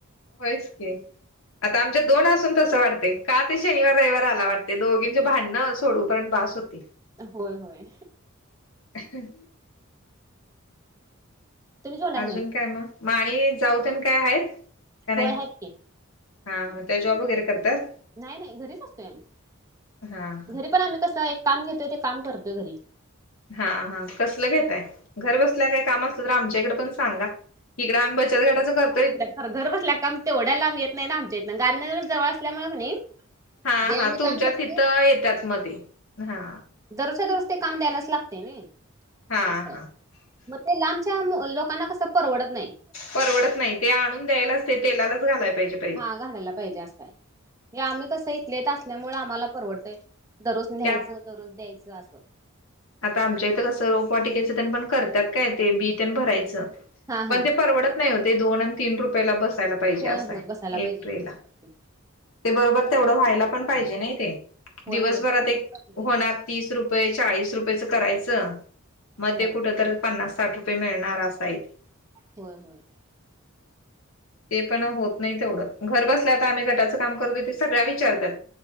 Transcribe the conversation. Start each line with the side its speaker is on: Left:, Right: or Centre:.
Left: होयच की, आता आमच्या दोन असून तसं वाटतय, का ते शनिवार रविवार आला वाटतऽ ते दोघींचे भांडणं सोडवूपर्यंत बस होतयऽ
Right: होय, होय,
Left: ह,
Right: तुम्ही जेवला
Left: अजून
Right: का नाही?
Left: काय मग? म आणि जाऊ तेन काय हायत काय नाही?
Right: होय आहेत की
Left: हा मग त्या जॉब वगैरे करतात
Right: नाही नाही घरीच असतोय आम्ही
Left: हा हा
Right: घरी पण आम्ही कसं हाय एक काम घेतोय ते काम करतोय घरी
Left: हा हा कसलं घेताय घर बसल्या काय काम असलं तर आमच्याकडे पण सांगा इकडं आम्ही बचत गटाच करतोयचं
Right: अर घर बसल्या काम तेवढ्या लांब येत नाही ना आमच्या हितन गांधीनगर जवळ असल्यामुळे कणी
Left: हा
Right: जे
Left: हा
Right: आम्ही
Left: तुमच्या
Right: काम करतोय
Left: तिथं येतात मध्ये हा
Right: दरच्या दररोज ते काम द्यायलाच लागते नाई,,
Left: हा
Right: असं आहे.
Left: हा
Right: मग ते लांबच्या लोकांना कसं परवडत नाही.
Left: परवडत नाही ते आणून द्यायलाच ते तेलालाच घालायला पाहिजेऽ
Right: हा, घालायला पाहिजे अस हाय, या आम्ही कसंऽ लेट असल्यामुळे आम्हाला परवडतंय,, दररोज न्यायचं
Left: त्यात
Right: दररोज द्यायचं असं.
Left: आता आमच्या इथं कसं, रोपवाटीकेच तेन पण करत्यात काय ते बी तेन भरायचं
Right: हा
Left: पण
Right: हा
Left: ते परवडतऽ नाही हो ते दोन आणि तीन रुपयाला बसायला पाहिजे
Right: होय
Left: असाय
Right: होय बसायला पाहिजे
Left: एक ट्रेलाऽ
Right: दिवसभर.
Left: ते बरोबर तेवढं व्हायला पण पाहिजे नाही ते,
Right: होय
Left: दिवसभरात
Right: होय तेवढं व्हायला
Left: एक
Right: पाहिजे की
Left: होणारऽ तीस रुपये, चाळीस रुपयेच करायच, मग
Right: होय
Left: ते कुठ तर पन्नास.. साठ रुपये मिळणार असायऽते
Right: होय, होय,
Left: ते पण होत नाही तेवढं,, घर बसलं आम्ही गटाचं काम करतोय त्या सगळ्या विचारत्यात,,